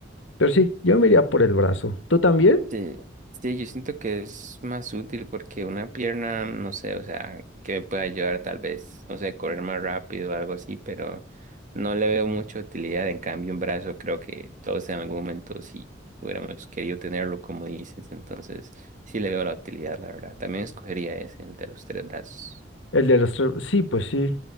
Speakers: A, on the left; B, on the right.
A: Pero sí, yo me iría por el brazo. ¿Tú también?
B: Sí, sí, yo siento que es más útil porque una pierna, no sé, o sea, que me pueda ayudar tal vez, no sé, correr más rápido o algo así, pero no le veo mucha utilidad. En cambio, un brazo creo que todos en algún momento sí hubiéramos querido tenerlo, como dices, entonces sí le veo la utilidad, la verdad. También escogería ese, el de los tres brazos.
A: El de los tres. Sí, pues sí.